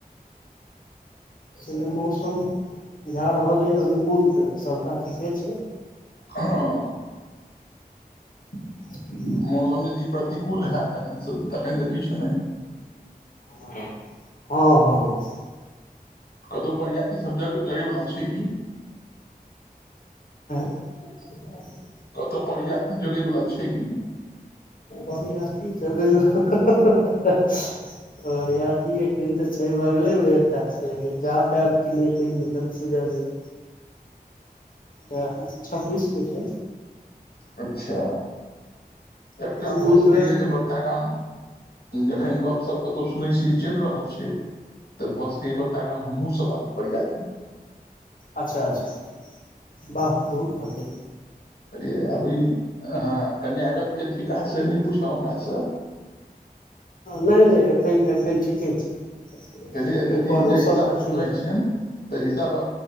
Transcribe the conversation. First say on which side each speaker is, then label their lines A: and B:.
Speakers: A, on the left; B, on the left.
A: से नहि मौसम बुझा रहल अइ अनुकूल तऽ सबटा ठीके छै
B: हँ
A: <inaudible>
B: मौसम यदि प्रतिकूल हैत तखनसन तखन तऽ किछ नहि
A: हँ हँ हँ
B: कतौ बरियाती सब जग जगैवला छै की
A: <inaudible>
B: कतहु बरियाती जगैवला छै की
A: बरियाती जगै बरियाती एखन तऽ छै बगले मे एकटा छै लेकिन जा पैब की नहि तहिमे कन्फ्यूजन अइ तऽ छब्बीस के छै
B: अच्छा एकटा
A: ओहिमे
B: भऽ सकैएा जे बड़का गाम जखन गपशप कतहु सुनै छी चैल रहल छै तऽ भऽ सकैए बड़का गाँम हमहूँ सब आबी बरियाती
A: अच्छा अच्छा वाह बहुत बाते
B: कहलियै अभी हँ कन्यागत के थिका से नहि पूछब हमरा सँ <inaudible>
A: नहि नहि एतै एतै ठीके छै
B: कहलियै
A: एहिपर
B: लेकिन जे
A: ओसभ
B: हिसाब
A: कथी
B: सँ सुनै
A: लए
B: छियन ताहि हिसाब